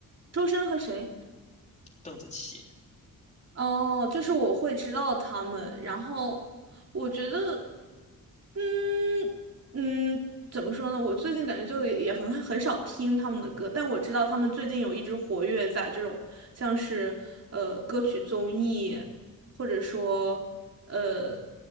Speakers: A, on the right; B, on the left.
A: 周深和谁？
B: 邓紫棋，
A: 哦，就是我会知道他们，然后我觉得，嗯嗯，怎么说呢？我最近感觉就也也很很少听他们的歌，但我知道他们最近有一直活跃在这种像是呃歌曲综艺，或者说呃